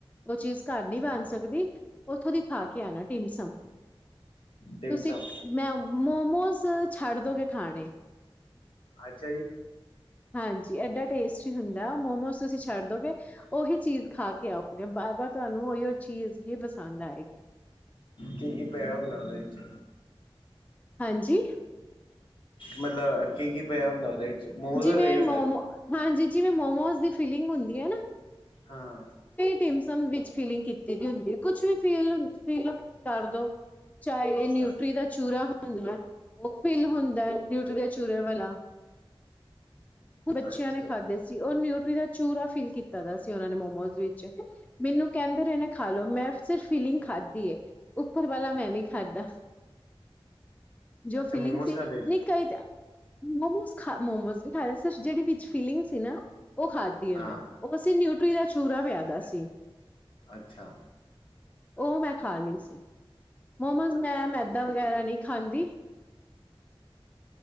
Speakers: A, on the left; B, on the left.
A: ਉਹ ਚੀਜ਼ ਘਰ ਨਹੀਂੀ ਬਣ ਸਕਦੀ। ਉੱਥੋਂ ਦਿਖਾ ਕੇ ਆਣਾ ਟਿਮਸਮ।
B: ਟਿਮਸਮ
A: ਤੁਸੀਂ ਮੈਂ ਮੋਮੋਸ ਛੱਡ ਦੋਗੇ ਖਾਣੇ
B: ਅੱਛਾ ਜੀ
A: ਹਾਂਜੀ ਐਡਾ ਟੇਸਟੀ ਹੁੰਦਾ ਮੋਮੋਸ ਤੁਸੀਂ ਛੱਡ ਦੋਗੇ ਉਹੀ ਚੀਜ਼ ਖਾ ਕੇ ਆਓਗੇ ਬਾਰ -ਬਾਰ ਤੁਹਾਨੂੰ ਹੀ ਉਹ ਚੀਜ਼ ਹੀ ਬਸ ਪਸੰਦ ਆਏਗੀ।
B: ਕੀ ਕੀ ਪਿਆ ਹੁੰਦਾ ਉਹਦੇ ਚ
A: ਹਾਂਜੀ।
B: ਮਤਲਬ ਕੀ -ਕੀ ਪਿਆ ਹੁੰਦਾ ਉਹਦੇ ਵਿੱਚ ਮੋਮੋਸ
A: ਜਿਵੇਂ
B: ਵਰਗਾ ਹੀ ਹੁੰਦਾ
A: ਮੋਮੋ ਹਾਂਜੀ ਜਿਵੇਂ ਮੋਮੋ। ਜਿਵੇਂ ਮੋਮਸ ਦੀ ਫੀਲਿੰਗ ਹੁੰਦੀ ਹੈ ਨਾ।
B: ਹਾਂ,
A: ਤਿਮਸਮ ਵਿੱਚ ਫੀਲਿੰਗ ਕੀਤੀ ਦੀ ਹੁੰਦੀ ਹੈ ਕੁਛ ਵੀ ਫੀਲ ਫੀਲ ਕਰਦੋ। ਚਾਹੇ
B: ਅੱਛਾ
A: ਨਿਊਟਰੀ ਦਾ ਚੂਰਾ ਹੋ। ਹੁੰ ਉਹ ਫੀਲ ਹੁੰਦਾ ਨਿਊਟਰੀ ਚੂਰੇਵਾਲਾ ਬੱਚਿਆਂ
B: ਅੱਛਾ
A: ਨੇ ਖਾਧੇ ਸੀ ਉਹ ਨਿਊ ਨਿਊਟਰੀ ਦਾ ਚੂਰਾ ਫੀਲ ਕੀਤਾ ਦਾ ਸੀ ਉਹਨਾਂ ਨੇ ਮਮ ਮੋਮੋਜ ਵਿੱਚ ਮੈਨੂੰ ਕਹਿੰਦੇ ਰਹੇ ਨੇ ਖਾ ਲੋੋ ਮੈਂ ਸਿਰਫ ਫੀਲਿੰਗ ਖਾਧੀ ਉੱਪਰ ਵਾਲਾ ਮੈਂ ਨਹੀਂੀ ਖਾਧਾ ਜੋ
B: ਅੱਛਾ
A: ਫੀਲਿੰਗ
B: ਮੋਮੋਸ
A: ਸੀ
B: ਖਾਦੇ
A: ਨ ਕਈ ਮੋਮੋਾ ਮੋਮੋਸ ਵੀ ਖਾ ਰਹੇ ਸਿਰ ਜਿਹੜ ਵਿੱਚ ਫੀਲਿੰਗ ਸੀ ਨਾ। ਉਹ ਖਾਦੀ ਹੈ
B: ਹਾਂ
A: ਮੈਂ ਉਹ ਅਸੀਂ ਨਿਊਟਰੀ ਦਾ ਪੂਰਾ ਸਵਾਦ ਸੀ
B: ਅੱਛਾ,
A: ਉਹ ਮੈਂ ਖਾ ਲਈ ਸੀ। ਮੋਮੋਸ ਮੈਂ ਮੈਦਾ
B: ਅੱਛਾ
A: ਵਗੈਰਾ ਨਹੀਂ ਖਾਂਦੀ।